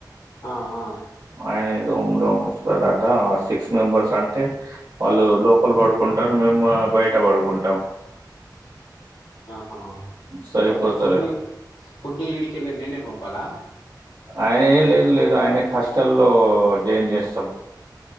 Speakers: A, on the left; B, on the right.
A: ఆ ఆ
B: ఆయన రూమ్ లో వస్తాడట సీ క్స్ మెంబర్స్ అంటే వాళ్ళు లోపల్ పడుకుంటారు. మేము బయట పడుకు. ఉంటాం
A: ఆ
B: సరిపోతది
A: అయితే ఫుడిక్ ఫుడ్ ఇడికి లే నేనే పంపాలా
B: ఆయన ఏం లేదు లేదు ఆయనకి హాస్టల్లో జాయిన్ జేస్సాం